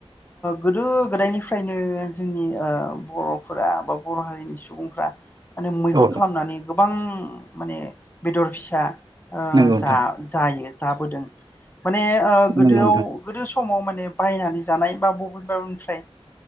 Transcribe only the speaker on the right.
औ
नोंथां नंगौ नोंथां
नंगौ